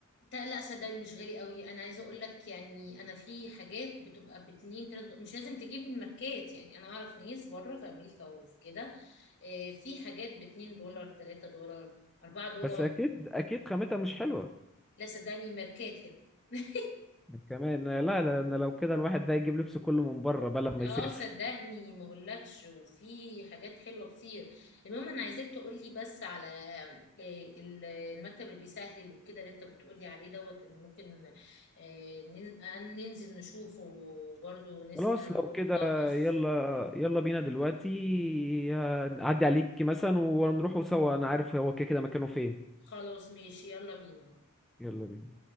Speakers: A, on the left; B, in the centre.
A: تا- لا صدقني مش غالي قوي انا عايزه اقول لك يعني انا في حاجات بتبقى باتنين تلاتة دولار. مش لازم تجيب من ماركات يعني انا اعرف ناس بره في امريكا وفي كده آه، في حاجات باتنين دولار تلاتة دولار اربعة دولار
B: بس اكيد اكيد خامتها مش حلوة
A: لا صدقني ماركات هنا <laughs>
B: كمان لا لا انا لو كده الواحد ده يجيب لبس كله من بره بقى لما
A: اه
B: يسافر
A: صدقني ما اقولكش وفي حاجات حلوه كتير المهم انا عايزاك تقولي بس على آه، ال- المكتب اللي بيسهل وكده اللي انت بتقولي عليه دوت ان ممكن آه، نن- آه، ننزل نشوفه برضو نسأل
B: خلاص لو
A: ونتطقص
B: كده يلا يلا بينا دلوقتي هنعدي عليكي مثلا ونروحوا سوا انا عارف هو كده كده مكانه فين
A: خلاص ماشي يلا بينا
B: يلا بينا